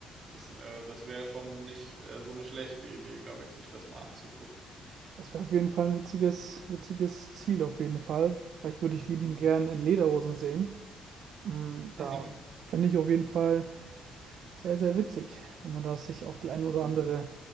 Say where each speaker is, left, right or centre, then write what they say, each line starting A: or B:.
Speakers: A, on the right; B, on the right.
A: Das, äh, das wäre schon nicht äh, so eine schlechte Idee, glaube ich, sich das mal anzugucken.
B: Das wäre auf jeden Fall ein witziges, witziges Ziel, auf jeden Fall. Weil ich würde
A: Mhm.
B: dich lieben gern in Lederhosen sehen. Mm,
A: <laughs>
B: Da fände ich auf jeden Fall sehr, sehr witzig, wenn man da sich auch die ein
A: Mhm.
B: oder andere